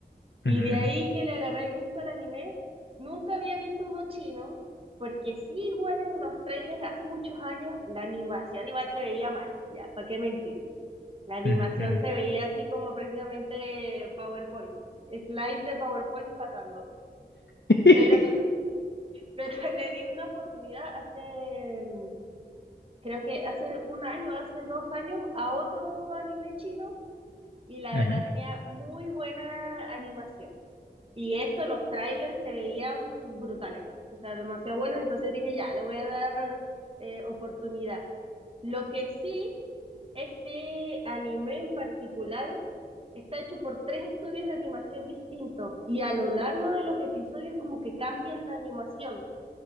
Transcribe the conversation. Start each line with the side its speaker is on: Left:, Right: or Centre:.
Right: Y
Left: Ujú,
Right: de ahí que le agarré el gusto al anime, nunca había visto uno chino, porque sí, igual en los trailers hace muchos años, la animación igual se veía mala, ya, ¿para qué mentir? La animación
Left: ujú, ujú, ujú.
Right: se veía así como prácticamente PowerPoint, slides de PowerPoint pasando.
Left: <laughs>
Right: Pero, pero <laughs> le di una oportunidad hace, mm, creo que hace un año, hace dos años, a otro anime chino y la
Left: Ujú.
Right: verdad tenía muy buena animación. Y esto, los trailers se veían brutales, o sea, demasiado buenos, entonces dije, ya, le voy a dar eh, oportunidad. Lo que sí, este anime en particular está hecho por tres estudios de animación distintos y a lo largo de los episodios como que cambian la animación,